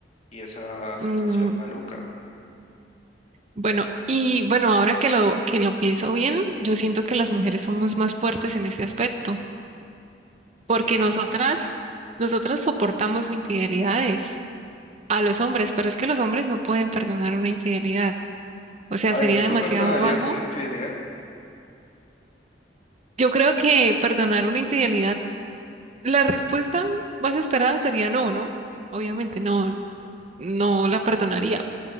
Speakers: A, on the left (about 40°); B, on the right (about 40°).
A: y esa sensación
B: Mm,
A: maluca.
B: bueno, y bueno, ahora que lo, que lo pienso bien, yo siento que las mujeres somos más fuertes en ese aspecto,
A: ¿Por
B: porque
A: qué?
B: nosotras, nosotras soportamos infidelidades a los hombres, pero es que los hombres no pueden perdonar una infidelidad. O sea,
A: A
B: sería
A: ver, tú
B: demasiado
A: perdonarías
B: bajo
A: una infidelidad,
B: Yo creo que perdonar una infidelidad, la respuesta más esperada sería no, ¿no? Obviamente no, no la perdonaría,